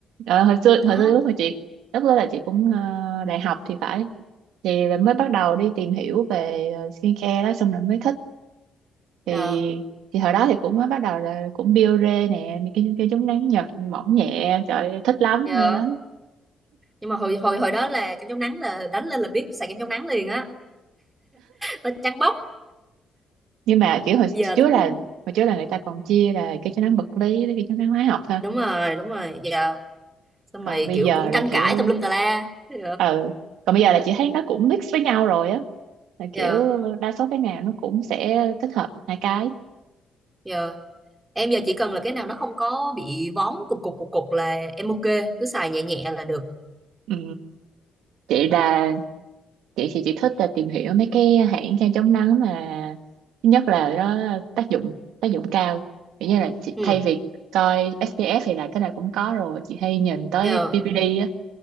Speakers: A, on the right (about 85°); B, on the right (about 15°).
A: Ờ, hồi xưa,
B: Đó.
A: hồi xưa lúc mà chị, lúc đó là chị cũng ờ, đại học thì phải. Thì là mới bắt đầu đi tìm hiểu về ờ, skincare đó xong rồi mới thích. thì
B: Ờ,
A: thì hồi đó thì cũng mới bắt đầu là cũng biore nè mấy cái cái chống nắng Nhật mỏng nhẹ trời ơi, thích lắm
B: Dạ.
A: mê lắm
B: Nhưng mà hồi hồi hồi đó là kem chống nắng là đánh lên là biết xài kem chống nắng liền á. Nó trắng bóc.
A: nhưng mà kiểu hồi
B: Giờ
A: trước
B: đúng
A: là hồi trước là người ta còn chia là cái chống nắng vật lý với cái chống nắng hóa học ha
B: đúng rồi, đúng rồi. Giờ xong
A: còn
B: rồi
A: bây
B: kiểu
A: giờ
B: cũng
A: là
B: tranh
A: kiểu
B: cãi tùm lum tà la. Dạ.
A: ừ còn bây giờ là chị thấy nó cũng mix với nhau rồi á là kiểu
B: Dạ.
A: đa số cái nào nó cũng sẽ tích hợp hai cái
B: Dạ. Em giờ chỉ cần là cái nào nó không có bị vón cục cục cục cục là em ok, cứ xài nhẹ nhẹ là được.
A: ừ. chị là chị thì chị thích là tìm hiểu mấy cái à, hãng kem chống nắng mà thứ nhất là nó tác dụng tác dụng cao kiểu như là chị,
B: Ừ.
A: thay vì coi SPF thì là cái này cũng có rồi chị hay nhìn tới
B: Dạ.
A: PPD á